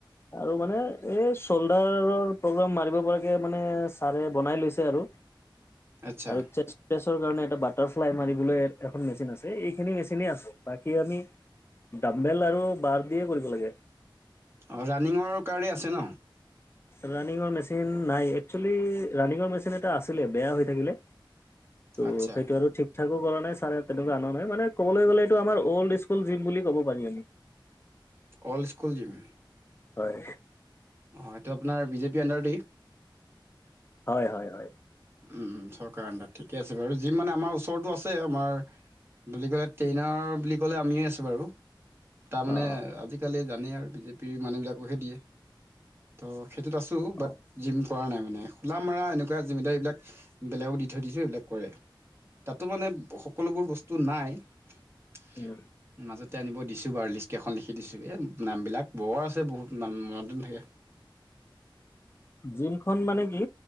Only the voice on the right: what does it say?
আচ্ছা
অ' ৰাণিঙৰ কাৰণে আছে ন'?
আচ্ছা
অল্ড স্কুল জিম।
অ' এইটো আপোনাৰ বিজেপি অন্দাৰতি?
উম, উম, চৰকাৰো অন্দাৰত, ঠিকে আছে বাৰু জিম মানে আমাৰ ওচৰতো আছে আমাৰ বুলি ক'লে, ট্ৰেইনাৰ বুলি ক'লে আমিয়ে আছোঁ বাৰু। তাৰমানে
আজিকালি জানেই আৰু বিজেপিৰ মানুহবিলাকহে দিয়ে ত'। সেইটোত আছোঁ বাট
জিম কৰা নাই মানে, খোলা মৰা এনেকুৱা জিমেইদাবিলাক বেলেগক দি থৈ দিছোঁ এইবেলোক কৰে, তাতো মানে সকলোবোৰ বস্তু নাই। <unintelligible>
মাজতে আনিব দিছোঁ বাৰু লিষ্টকেইখন লিখি দিছোঁ, এই নামবিলাক বৰ আছে বহুত মনতে নাথাকে। <inaudible>